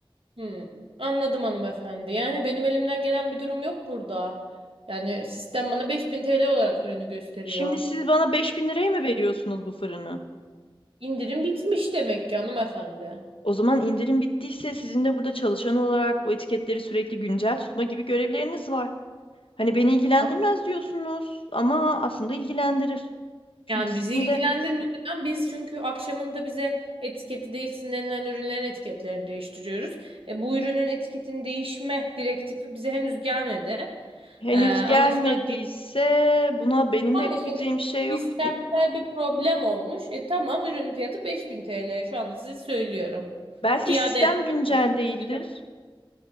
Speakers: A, on the right (about 80°); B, on the left (about 75°).
A: Hmm, anladım hanımefendi. Yani benim elimden gelen bir durum yok burada. Yani sistem bana 5000 TL olarak ürünü gösteriyor.
B: Şimdi siz bana 5000 liraya mı veriyorsunuz bu fırını?
A: İndirim bitmiş demek ki hanımefendi.
B: O zaman indirim bittiyse sizin de burada çalışan olarak bu etiketleri sürekli güncel tutma gibi görevleriniz var. Hani beni ilgilendirmez
A: A-
B: diyorsunuz ama aslında ilgilendirir. Çünkü
A: Yani
B: sizin
A: bizi ilgilendirmiyor.
B: de
A: Neden? Biz çünkü akşamında bize etiketi değişsin denilen ürünlerin etiketlerini değiştiriyoruz. E, bu ürünün etiketin değişme direktifi bize henüz gelmedi.
B: henüz
A: E, anlaşılan
B: gelmediyse buna benim
A: Anlaşalım.
B: de yapabileceğim bir şey yok
A: Sistemsel
B: ki.
A: bir problem olmuş. E tamam ürün fiyatı 5000 TL. Şu anda size söylüyorum.
B: Belki
A: İade
B: sistem
A: et
B: güncel
A: bakın.
B: değildir.
A: Ödeme